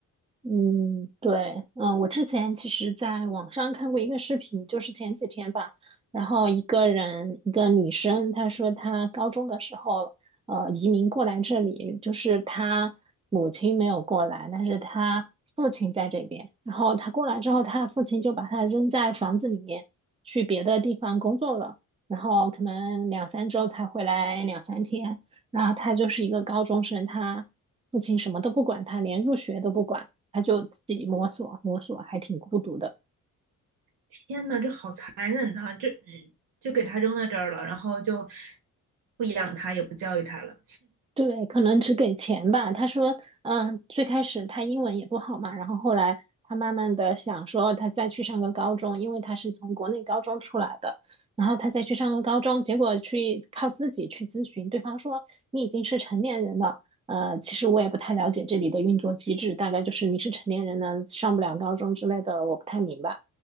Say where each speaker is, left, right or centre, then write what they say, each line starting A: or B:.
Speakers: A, on the right; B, on the right.
A: 嗯，对，嗯，我之前其实在网上看过一个视频，就是前几天吧，然后一个人，一个女生，她说她高中的时候，呃，移民过来这里，就是她母亲没有过来，但是她父亲在这边，然后她过来之后，她的父亲就把她扔在房子里面，去别的地方工作了，然后可能两三周才回来两三天，然后她就是一个高中生，她父亲什么都不管她，连入学都不管。他就自己摸索摸索，还挺孤独的。
B: 天呐，这好残忍啊！这就给他扔到这儿了，然后就不养他，也不教育他了。
A: 对，可能只给钱吧。他说，嗯，最开始他英文也不好嘛，然后后来他慢慢的想说，他再去上个高中，因为他是从国内高中出来的，然后他再去上个高中，结果去靠自己去咨询，对方说你已经是成年人了。呃，其实我也不太了解这里的运作机制，大概就是你是成年人呢，上不了高中之类的，我不太明白。